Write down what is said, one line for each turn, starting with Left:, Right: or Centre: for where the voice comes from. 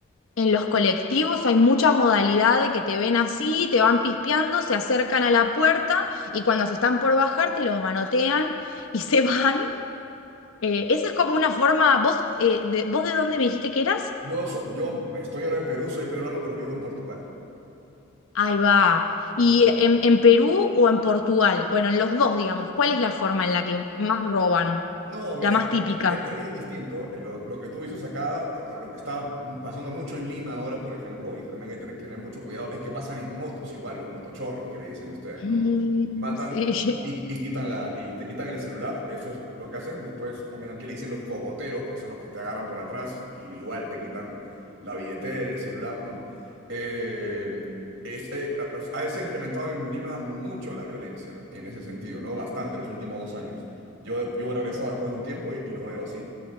Left: En los colectivos hay mucha modalidad de que te ven así, te van pispeando, se acercan a la puerta y cuando se están por bajar te lo manotean y se van. Eh, esa es como una forma, vos, eh, de, ¿vos de dónde me dijiste que eras?
Right: Yo, so- yo estoy ahora en Perú, soy peruano, pero vivo en Portugal.
Left: Ahí va.
Right: Sí,
Left: ¿Y
Right: sí.
Left: en, en Perú o en Portugal? Bueno, en los dos, digamos, ¿cuál es la forma en la que más roban?
Right: No, mira,
Left: La más
Right: e-
Left: típica.
Right: e- e- es, indistinto. Lo, lo que tú dices acá, o lo que está pasando mucho en Lima ahora, por ejemplo, y que también hay que tener mucho cuidado, es que pasan en motos igual, los motochorros que le dicen ustedes,
Left: Mm,
Right: ¿no? Matan
Left: sí.
Right: y, y quitan la, y te quitan el celular, eso es lo que hacen. Después también aquí le dicen los cogoteros, que son los que te agarran por atrás y igual te quitan la billetera, el celular, ¿no? Eh, es, eh, ha- ha- se ha incrementado en Lima mucho la violencia en ese sentido, ¿no? Bastante los últimos dos años. Yo, yo he regresado después de un tiempo y, y lo veo así.